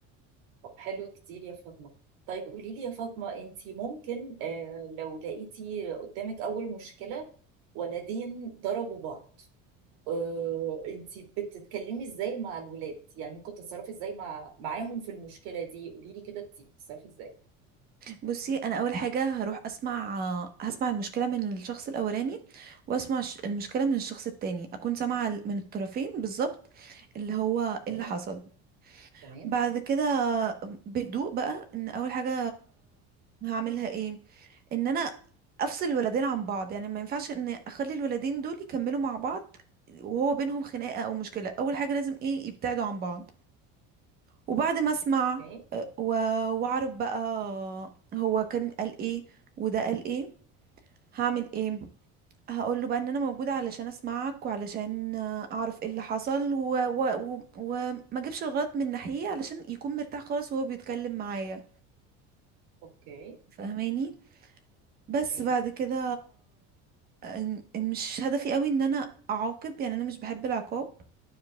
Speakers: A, on the right (about 70°); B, on the right (about 30°).
A: طب حلو كتير يا فاطمة طيب قولي لي يا فاطمة انتي ممكن آه، لو لقيتي قدامك اول مشكلة ولدين ضربوا بعض آه، انتي بتتكلمي ازاي مع الولاد يعني ممكن تتصرفي ازاي مع معاهم في المشكلة دي قولي لي كده انتي بتتصرفي ازاي
B: بصي انا اول حاجة هروح اسمع هسمع المشكلة من الشخص الاولاني واسمع الش- المشكلة من الشخص التاني اكون سامعة ال- من الطرفين بالظبط اللي هو
A: تمام
B: إيه اللي حصل
A: تمام
B: بعد كده بهدوء بقى ان اول حاجة هعملها ايه ان انا افصل الولدين عن بعض يعني ما ينفعش ان اخلي الولدين دول يكملوا مع بعض وهو بينهم خناقة او مشكلة اول حاجة لازم ايه يبتعدوا عن بعض وبعد ما اسمع
A: اوكي
B: آه، و- واعرف بقى هو كان قال ايه وده قال ايه هعمل ايه هقول له بقى ان انا موجودة علشان اسمعك وعلشان آه، اعرف ايه اللي حصل و... و... و... وما اجيبش الغلط من ناحية علشان يكون مرتاح خالص وهو بيتكلم معايا
A: اوكي
B: فاهماني بس
A: تمام
B: بعد كده إن- مش هدفي قوي ان انا اعاقب يعني انا مش بحب العقاب